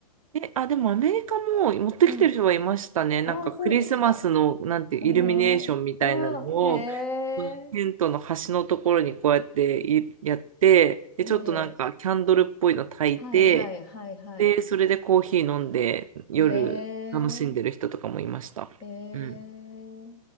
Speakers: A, on the right; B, on the left.
A: え、あ、でもアメリカも持ってきてる人はいましたね。
B: うん。ああ、
A: なんかクリスマスの、
B: そうですか。
A: なんていうイルミネーションみたいなのを、
B: ええああ、へえ、
A: テントの端のところにこうやっていやって、で、
B: ええ
A: ちょっとなんかキャンドルっぽいの焚いて、
B: はいはいはいはい。
A: で、それでコーヒー飲んで夜楽しんでる人とかもいました。
B: ええええ
A: うん。